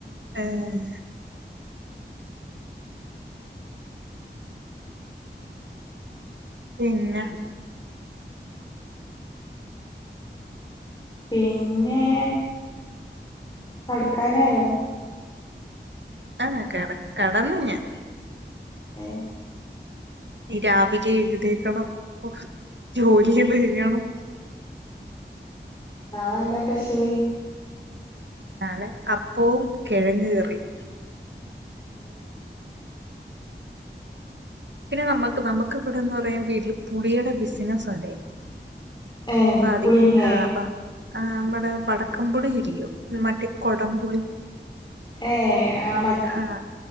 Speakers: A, on the right (about 75°); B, on the left (about 25°).
A: ഏഹ് പിന്നെ?
B: പിന്നെ കട്ക്കാനായോ?
A: ആഹ് കട കടന്നു ഞാൻ.
B: ഏഹ്
A: രാവിലെ എഴുന്നേക്കണം ഓഹ് ജോലികള് ചെയ്യണം
B: നാളെ എന്താ സ്പെഷ്യല്
A: എന്നാലെ അപ്പവും കിഴങ്ങ കറിയും
B: ഉം
A: പിന്നെ നമുക്ക് നമുക്ക് ഇവിടെന്ന് പറയാ വീട്ടില് പുളിയുടെ ബിസിനസ് ഉണ്ടെയ്
B: ഏ
A: അപ്പ അതി
B: പുളിങ്ങേ
A: ആഹ് അപ്പൊ ആ നമ്മടെ വടക്കൻപുളി ഇല്ലയോ ഉം മറ്റേ കൊടംപുളി
B: ഏഹ് ആഹ് മ
A: ആഹ്